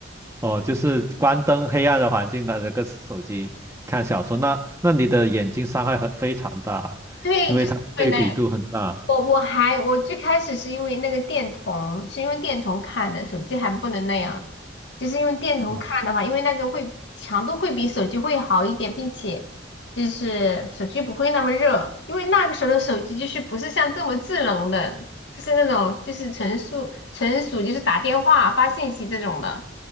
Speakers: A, on the right; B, on the left.
A: 哦，就是关灯黑暗的环境，拿着个手机看小说，那那你的眼睛伤害很非常大，
B: 对，
A: 因为它对比度很大。
B: 就是对那个。我我还我最开始是因为那个电筒，是用电筒看的，手机还不能那样，就是用电筒看的话，
A: 嗯，
B: 因为那个会强度会比手机会好一点，并且就是手机不会那么热，因为那个时候的手机就是不是像这么智能的，就是那种就是纯属纯属就是打电话发信息这种的，